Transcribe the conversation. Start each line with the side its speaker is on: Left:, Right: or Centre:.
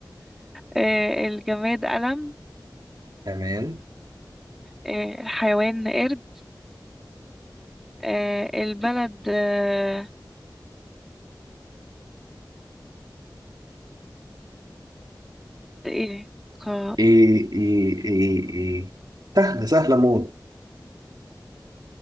Centre: آه، الجماد قلم
Right: تمام
Centre: آه، الحيوان قرد آه، البلد آه، ايه ك-
Right: ايه ايه ايه ايه سهلة سهلة موت